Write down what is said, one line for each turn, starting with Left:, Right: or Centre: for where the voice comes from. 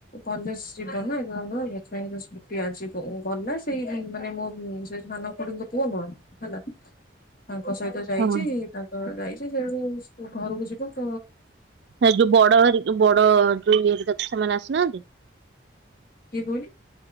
Left: କନ୍ଦେସ୍ ଜୀବନି ନୂଆ ନୂଆ ହେଇଥିପାଇଁକା ସ୍କୁଟି ଆଜି ବ ବନା ସେଇ ମାନେ ମୋ ସେ ସାନ ଖୁଡ଼ିଙ୍କ ପୁଅ ନୁହଁ ହେଲା ତାଙ୍କ ସହିତ ଯାଇଚି
Right: ହୁଁ
Left: ତାଙ୍କର ରାଇ ସେ ସେଉଠୁ ସ୍କୁ ଘରୁକୁ ଯିବ ତ
Right: ହେ ଯୋଉ ବଡ ହାରି ବଡ ଯୋଉ ଇଏରେ ତା ସେମାନେ ଆସିନାହାନ୍ତି?
Left: କିଏ କହିଲୁ?